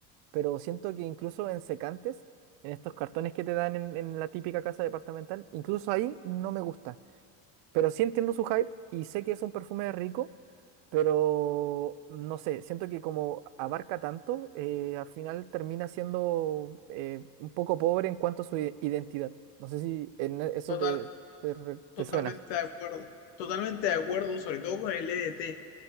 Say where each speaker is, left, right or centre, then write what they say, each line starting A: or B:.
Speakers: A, on the right (about 65°); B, on the left (about 90°).
A: pero siento que incluso en secantes, en estos cartones que te dan en, en la típica casa departamental, incluso ahí no me gusta. Pero sí entiendo su hype y sé que es un perfume rico pero no sé, siento que como abarca tanto, eh, al final termina siendo eh, un poco pobre en cuanto a su i- identidad. No sé si en e- eso
B: Total,
A: te, te, re-
B: Totalmente
A: te suena.
B: de acuerdo, totalmente de acuerdo, sobre todo con el EDT.